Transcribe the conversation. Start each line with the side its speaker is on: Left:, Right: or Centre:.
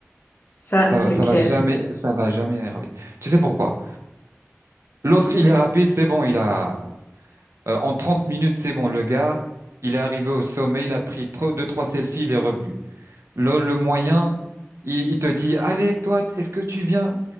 Left: Ça,
Right: Ça,
Left: c'est
Right: va- ça
Left: clair.
Right: va jamais, ça va jamais y arriver. Tu sais pourquoi? L'autre, il est rapide, c'est bon, il a, euh, en 30 minutes, c'est bon, le gars, il est arrivé au sommet, il a pris tro- deux, trois selfies, il est revenu. Le, le moyen, il, il te dit, allez, toi, est-ce que tu viens?